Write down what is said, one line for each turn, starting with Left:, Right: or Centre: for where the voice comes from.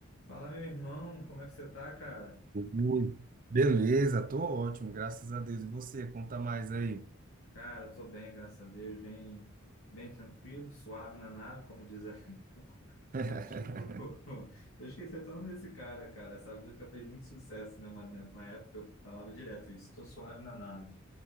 Left: Fala, meu irmão, como é que você tá, cara?
Right: Oi, Beleza, tô ótimo, graças a Deus. E você, conta mais aí.
Left: Cara, tô bem, graças a Deus, bem, bem tranquilo, suave na nave, como diz a- <laughs>
Right: <laughs>
Left: o antigo. <laughs> Eu esqueci até o nome desse cara, cara. Essa música fez muito sucesso, né? Uma, né, uma época eu falava direto isso, tô suave na nave.